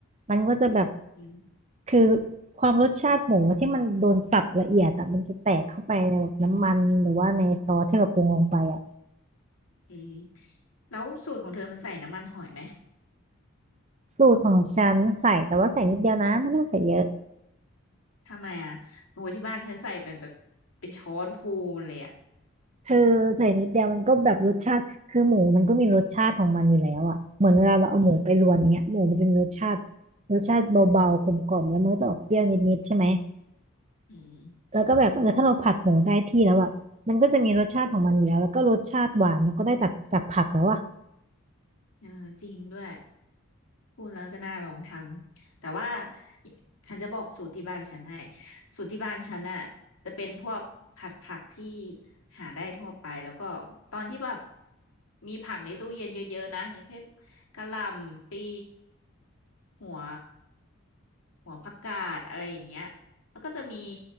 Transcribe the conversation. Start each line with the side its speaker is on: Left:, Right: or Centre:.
Right: มันก็จะแบบ
Left: อืม
Right: คือความรสชาติหมูที่มันโดนสับละเอียดอ่ะมันจะแตกเข้าไปในแบบน้ำมันหรือว่าในซอสที่เราปรุงลงไปอ่ะ
Left: อืมแล้วสูตรของเธอมันใส่น้ำมันหอยไหม
Right: สูตรของฉันใส่แต่ว่าใส่นิดเดียวนะไม่ต้องใส่เยอะ
Left: ทำไมอ่ะโอ้ยที่บ้านฉันใส่เป็นแบบเป็นช้อนพูนเลยอ่ะ
Right: เธอใส่นิดเดียวมันก็แบบรสชาติคือหมูมันก็มีรสชาติของมันอยู่แล้วอ่ะเหมือนเวลาเราเอาหมูไปรวนเงี้ยหมูมันจะมีรสชาติ
Left: อืม
Right: รสชาติเบาๆกลมๆแล้วมันก็จะออกเปรี้ยวนิดๆใช่ไหม
Left: อืม
Right: แล้วก็แบบเออถ้าเราผัดหมูได้ที่แล้วอ่ะมันก็จะมีรสชาติของมันอยู่แล้วแล้วก็รสชาติหวานมันก็ได้จากจากผักแล้วอ่ะ
Left: เออจริงด้วย พูดแล้วก็น่าลองทำแต่ว่าฉันจะบอกสูตรที่บ้านฉันให้สูตรที่บ้านฉันน่ะจะเป็นพวกผัดผักที่หาได้ทั่วไปแล้วก็ตอนที่แบบมีผักในตู้เย็นเยอะๆนะอย่างเงี้ยพวกกะหล่ำปลีหัวหัวผักกาดอะไรอย่างเงี้ยแล้วก็จะมี